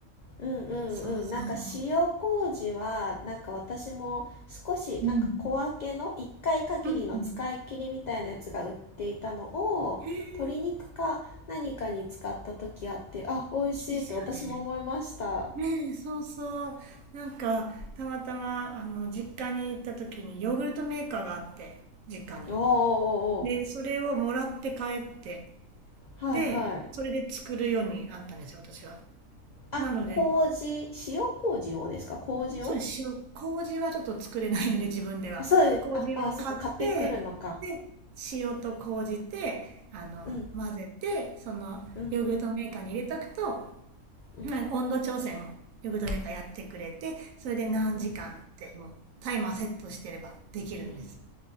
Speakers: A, on the left; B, on the right.
A: うんうんうん。
B: そうそう。
A: なんか塩麹はなんか私も少しなんか小分けの1回限りの使い切りみたいなやつが売っていたのを鶏肉か何かに使った時あって、
B: うん。うんうん。へえ
A: あ、美味しいって私も思いました。
B: いいですよね。ねえ、そうそう。なんか、たまたま、あの、実家に行った時にヨーグルトメーカーがあって、実家に。
A: おーおーおーお
B: で、それをもらって帰って、
A: ー。はいはい。
B: で、それで作るようになったんですよ、私は。
A: あ、
B: なので、
A: 麹、塩麹をですか麹を
B: そうです、塩、麹はちょっと作れないので、自分では。
A: あ、そうです。
B: 麹を買って、
A: あ、あ、そっか、買ってくるのか。
B: で、塩と麹で、あの、
A: うん、
B: 混ぜて、その、
A: うん、
B: ヨーグルトメーカーに入れとくと、
A: うん、
B: まあ、温度調整もヨーグルトメーカーやってくれて、それで何時間ってもうタイマーセットしてればできるんです。
A: うん、うん。